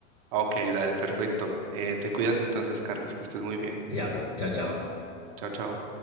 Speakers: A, on the right; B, on the left.
A: Ok, dale, perfecto. Eh, te cuidas entonces, Carlos, que estés muy bien.
B: Ya, pues, chao, chao.
A: Chao, chao.